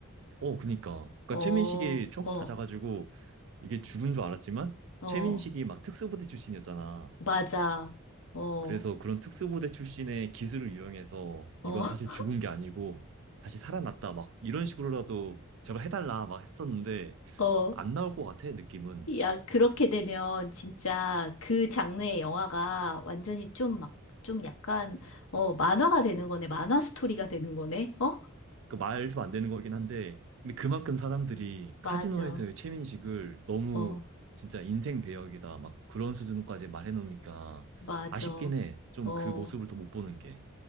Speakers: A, on the right; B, on the left.
A: 어 그니까 그니까
B: 어,
A: 최민식이 총
B: 어,
A: 맞아가지고 이게 죽은 줄 알았지만
B: 어,
A: 최민식이 막 특수부대 출신이었잖아.
B: 맞아. 어,
A: 그래서 그런 특수부대 출신의 기술을 이용해서
B: 어,
A: 이건
B: <laughs>
A: 사실 죽은 게 아니고 다시 살아났다 막 이런 식으로라도 제발 해달라 막 했었는데
B: 어.
A: 안 나올 것 같아 느낌은
B: 야, 그렇게 되면 진짜 그 장르의 영화가 완전히 좀 막, 좀 약간, 어, 만화가 되는 거네. 만화 스토리가 되는 거네. 어?
A: 그 말도 안 되는 거긴 한데 근데 그만큼 사람들이
B: 맞아.
A: 카지노에서의 최민식을 너무
B: 어,
A: 진짜 인생 배역이다 막 그런 수준까지 말해놓으니까
B: 맞아.
A: 아쉽긴 해 좀
B: 어.
A: 그 모습을 더 못 보는 게